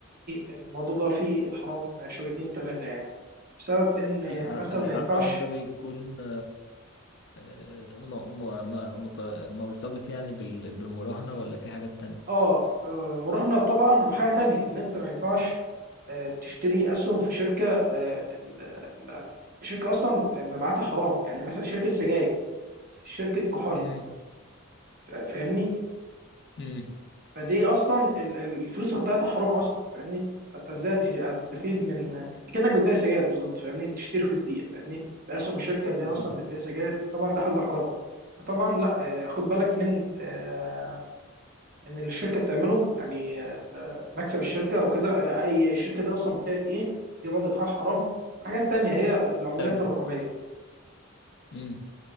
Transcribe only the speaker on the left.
الحر...
الحرام
ده بيكون آه، م... م... م... مت- مرتبط يعني بال... بالمراهنة ولا في حاجات تانية
امم
امم
امم
طب
امم